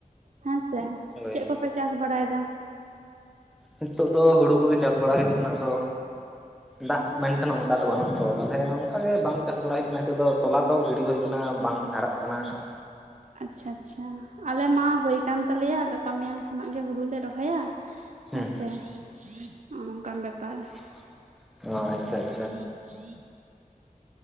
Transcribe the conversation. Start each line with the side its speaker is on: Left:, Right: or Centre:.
Right: ᱦᱮᱸᱥᱮ
Centre: ᱦᱳᱭ
Right: ᱪᱮᱫ ᱠᱚᱯᱮ ᱪᱟᱥ ᱵᱟᱲᱟᱭᱮᱫᱟ
Centre: ᱱᱤᱛᱚᱜ ᱫᱚ ᱦᱳᱲᱳ ᱠᱚᱜᱮ ᱪᱟᱥ ᱵᱟᱲᱟ ᱦᱩᱭᱩᱜ ᱠᱟᱱᱟ ᱟᱫᱚ ᱫᱟᱜ ᱢᱮᱱᱠᱷᱟᱱ ᱚᱱᱠᱟ ᱫᱚ ᱵᱟᱹᱱᱩᱜᱼᱟ ᱛᱚ ᱾ ᱛᱟᱦᱚᱞᱮ ᱚᱱᱠᱟᱟᱜᱮ ᱵᱟᱝ ᱪᱟᱥ ᱵᱟᱲᱟ ᱦᱩᱭᱩᱜ ᱠᱟᱱᱟ ᱾ ᱱᱤᱛᱚᱜ ᱫᱚ ᱛᱚᱞᱟ ᱛᱚ ᱜᱤᱰᱤ ᱦᱩᱭ ᱟᱠᱟᱱᱟ ᱵᱟᱝ ᱦᱟᱨᱟᱜ ᱠᱟᱱᱟ ᱠᱟᱱᱟ ᱦᱟᱸᱜ
Right: ᱟᱪᱪᱷᱟ ᱟᱪᱪᱷᱟ ᱟᱞᱮ ᱢᱟ ᱦᱩᱭ ᱠᱟᱱ ᱛᱟᱞᱮᱭᱟ ᱜᱟᱯᱟ ᱢᱮᱭᱟᱝ ᱠᱷᱚᱱᱟᱜ ᱜᱮ ᱦᱩᱲᱩ ᱞᱮ ᱨᱚᱦᱚᱭᱟ
Centre: ᱦᱮᱸ
Right: ᱦᱮᱸᱥᱮ ᱱᱚᱜ ᱱᱚᱝᱠᱟᱱ ᱵᱮᱯᱟᱨ ᱾
Centre: <inaudible> ᱚ ᱟᱪᱪᱷᱟ ᱟᱪᱪᱷᱟ
Right: <inaudible>